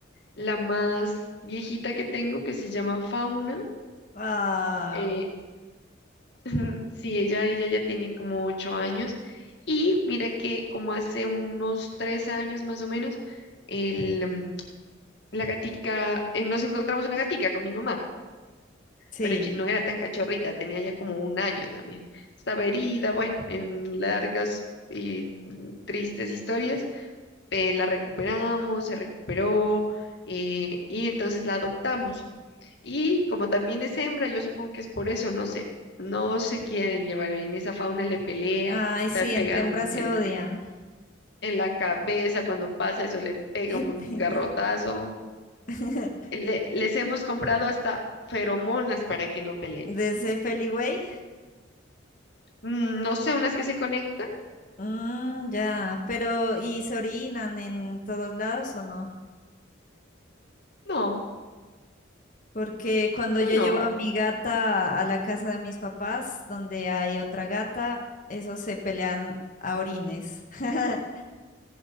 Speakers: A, on the left; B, on the left.
A: la más viejita que tengo, que se llama Fauna.
B: ah,
A: eh, <laughs> sí, ella, ella ya tiene como ocho años. Y mira que como hace unos tres años más o menos, el, mm, la gatica, eh, nos encontramos una gatica con mi mamá,
B: sí.
A: pero ye- no era tan cachorrita, tenía ya como un año también. Estaba herida, bueno, en largas y mm, tristes historias. eh, la recuperamos, se recuperó eh, y entonces la adoptamos. Y como también es hembra, yo supongo que es por eso, no sé, no se quieren llevar bien. Esa fauna le pelea,
B: Ay,
A: sabe
B: sí,
A: pegar
B: entre hembras
A: un-
B: se
A: en,
B: odian.
A: la en la cabeza cuando pasa eso, le pega
B: Qué
A: un
B: pena.
A: garrotazo.
B: <laughs>
A: Le- les hemos comprado hasta feromonas para que no peleen.
B: Desde Feliway.
A: Mm, No sé, unas que se conectan.
B: Mm, ya, pero ¿y se orinan en todos lados o no?
A: No,
B: Porque cuando
A: no,
B: yo
A: no.
B: llevo a mi gata a la casa de mis papás, donde hay otra gata, esos se pelean a orines. <laughs>